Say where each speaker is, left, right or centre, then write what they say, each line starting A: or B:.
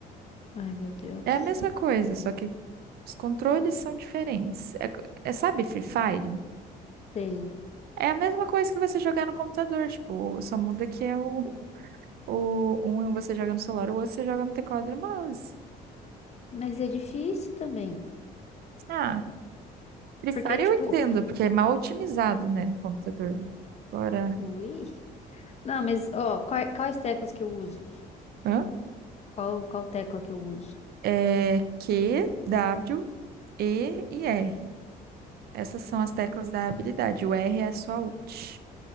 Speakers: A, on the left; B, on the right.
A: Ai, meu Deus.
B: É a mesma coisa, só que os controles são diferentes. É, co- é, sabe, Free Fire?
A: Sei.
B: É a mesma coisa que você jogar no computador, tipo, só muda que é o, o um é você joga no celular, o outro você joga no teclado e no mouse.
A: Mas é difícil também.
B: Ah, Free
A: Porque,
B: Fire
A: tipo,
B: eu entendo, porque é mal otimizado, né, no computador. Agora,
A: ui. Não, mas, ó, quais, quais teclas que eu uso?
B: hã?
A: Qual, qual tecla que eu uso?
B: É Q, W, E e R. Essas são as teclas da habilidade. O R é a sua ult.